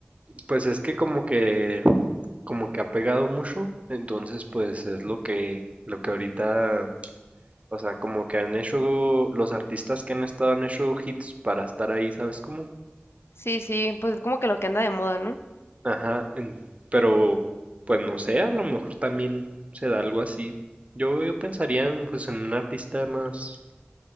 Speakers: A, on the right (about 35°); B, on the left (about 80°).
A: Pues es que como que, como que ha pegado mucho, entonces pues es lo que, lo que ahorita, o sea, como que han hecho los artistas que han estado han hecho hits para estar ahí, ¿sabes cómo?
B: Sí, sí, pues es como que lo que anda de moda, ¿no?
A: Ajá, en- pero pues no sé, a lo mejor también se da algo así. Yo, yo pensaría en, pues, en un artista más,